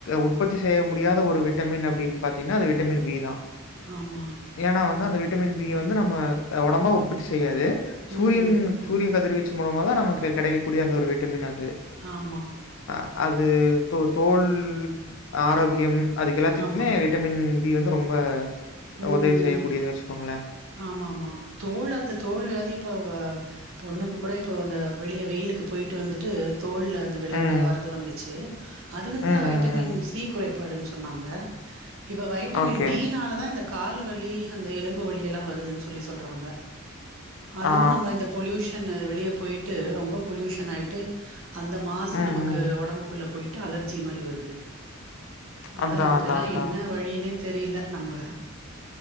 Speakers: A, on the left (about 65°); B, on the right (about 75°).
A: உற்பத்தி செய்ய முடியாத ஒரு விட் ட்டமின் அப்டின் பாத்தீங்ன்னா அது விட்டமின் பி தா
B: ஆமா
A: ஏன்னா வந்து அந்த விட்டமின் பி ய வந்து நம் ம்ம ஒடம்பா உற்பத்தி செய்யாது சூரியன்
B: ம்
A: சூரிய கதிர்வீச்சு மூலமா தா நமக்கு கெடைக்ககூடிய அந்த ஒரு விட்டமின் அது
B: ஆமா
A: அ அது தோ தோல் ஆரோக்கியம் அதுக்கு எல்லாத்துக்குமே
B: ஆமா
A: விட்டமின் பி வந்து ரொம்ப
B: ம்
A: உதவி செய்யக்கூடியதுன்னு
B: ம்
A: வச்சுக்கோங்களேன்.
B: ஆமா ஆமா தோல் அந்த தோல் வியாதி இப்ப வ பொண்ணுக்கு கூட இப்போ அந்த வெளிய வெயிலுக்கு போயிட்டு வந்துட்டு தோல்ல அது வெள்ள
A: ம்.
B: வெள்ளயா வரது வந்துச்சு அது வந்து
A: ம், ம்,
B: வைட்டமின்
A: ம்.
B: சி குறைபாடுன் சொன்னாங்க இப்ப வைட்டமின்
A: ஓகே.
B: டி னால தா இந்த கால்வலி அந்த எலும்பு வலியெல்லா வருதுன் சொல்லி சொல்றாங்க அதுவு
A: ஆ.
B: நம்ம இந்த பொல்யூஷன்னு வெளிய போய்ட்டு ரொம்ப பொல்யூஷன் ஆய்ட்டு அந்த மாசு
A: ம்,
B: நமக்கு
A: ம்.
B: ஒடம்புக்குள்ள போய்ட்டு அலர்ஜி மாரி வருது அதா
A: அதான்,
B: இதுக்கெல்லா
A: அதான், அதான்.
B: என்ன வழினே தெரில நம்ப